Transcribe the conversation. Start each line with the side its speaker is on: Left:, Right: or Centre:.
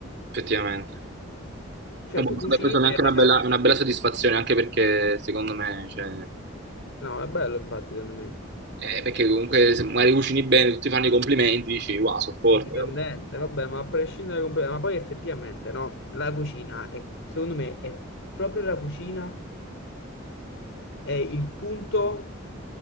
Right: Effettivamente.
Left: Cioè
Right: Ma boh,
Left: tu
Right: vabbè,
Left: cucini
Right: questa
Left: e
Right: è anche una
Left: regali.
Right: bella, una bella soddisfazione, anche perché secondo me, cioè,
Left: No, è bello infatti secondo me.
Right: eh, perché comunque se magari cucini bene, tutti fanno i complimenti, dici, wow, sono forte.
Left: Indipendente,
Right: capito?
Left: vabbè, ma a prescindere completamente, ma poi effettivamente no, la cucina è, secondo me, è proprio la cucina è il punto